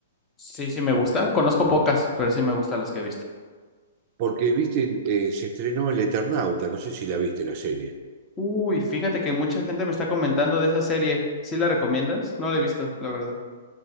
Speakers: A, on the left; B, on the right.
A: Sí, sí me gusta, conozco pocas, pero sí me gustan las que he visto.
B: Porque, viste, eh, se estrenó El Eternauta, no sé si la viste la serie.
A: Uy, fíjate que mucha gente me está comentando de esa serie. ¿Sí la recomiendas? No la he visto, la verdad.